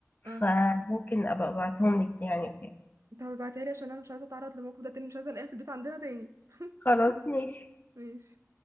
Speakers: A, on the right (about 65°); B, on the left (about 35°).
A: اه
B: فممكن ابقى ابعتهم لك يعني كده
A: انت هبعتها لي عشان انا مش عايزه اتعرض للموقف ده تاني مش عايزه الاقيها في البيت عندنا تاني <laughs>
B: خلاص ماشي
A: ماشي